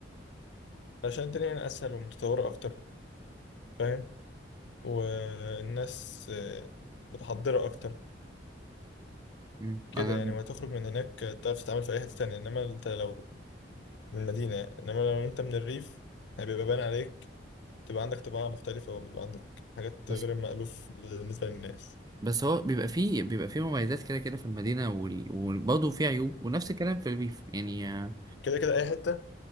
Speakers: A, on the left; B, on the right.
A: عشان الدنيا هنا اسهل ومتطوره اكتر فاهم والناس آه، متحضره اكتر
B: مم.
A: كده
B: أنا
A: يعني وهتخرج من هناك تعرف تتعامل في اي حته تانية انما انت لو من المدينه انما لو انت من الريف هيبقى باين عليك تبقى عندك طباع مختلفه وبيبقى عندك حاجات
B: بس
A: غير مألوف بالنسبه للناس
B: بس هو بيبقى فيه بيبقى فيه مميزات كده كده في المدينه وال- وبرضه فيه عيوب ونفس الكلام في الريف يعني آه،
A: كده كده اي حته